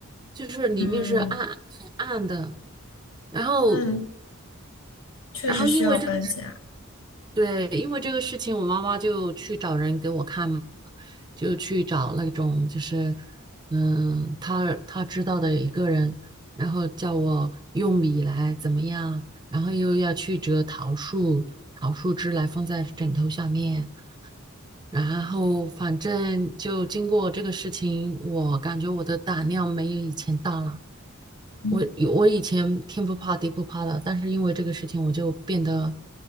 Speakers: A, on the right; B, on the left.
A: 就是里面是暗很暗的。
B: 嗯，
A: 然后，
B: 那确实需要搬家。
A: 然后因为这个对，因为这个事情，我妈妈就去找人给我看嘛，就去找那种就是，嗯，她她知道的一个人，然后叫我用米来怎么样，然后又要去折桃树，桃树枝来放在枕头下面，然后反正就经过这个事情，我感觉我的胆量没有以前大了。
B: 嗯
A: 我我以前天不怕地不怕的，但是因为这个事情，我就变得